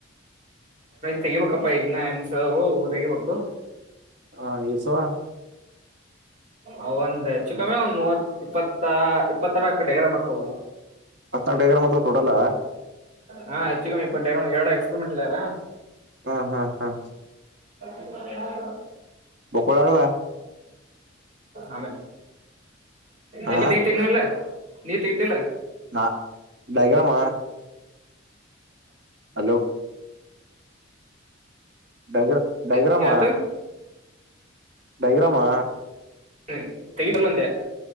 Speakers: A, on the right; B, on the right.
A: ತೆಗಿಬೇಕಪ್ಪಾ ಇದನ್ನ ಅನ್ಸ ಹೊ ತೆಗಿಬೇಕು
B: ಹಾ ಈ ಸವಾ
A: ಅವ ಒಂದ್ ಹೆಚ್ಚುಕ್ಕಮ್ಮಿ ಒಂದ್ ಮೂವತ್ ಇಪ್ಪತ್ತ ಇಪ್ಪತ್ತರ ಕಡೆ ಡೈರಮಕವು
B: ಹತ್ತನ್ನೆರಡು ಟೆಲಿಗ್ರಾಮ್ ಆತಾವುಟೋಟಲ್
A: ಹಾ ಹೆಚ್ಚು ಕಮ್ಮಿ ಇಪ್ಪತ್ತೆರಡು ಎಕ್ಸ್ಪಿರಿಮೆಂಟ್ ಏಳರ
B: ಹ್ಮ್ ಹ್ಮ್ ಹ್ಮ್
A: ಇಪ್ಪತ್ತೆರಡ
B: ಮೊಕ್ಕಳದಾಲ
A: ಆಮೇಲೆ
B: ಹ
A: ಎನ್ ಈ ಪೀ ಪೀ ನಾ ಅಲ್ಲಾ ನೀ ತಿಥಿಲ
B: ನಾ ಡೈಗ್ರಾಮಾ ಹಲೋ ಡೈ ಡೈಗ್ರಾಮ
A: ಏ, ಏನಾತು
B: ಡೈಗ್ರಾಮಾ
A: ಹ್ಮ್ ತೈಟಲ್ಲಂದೆ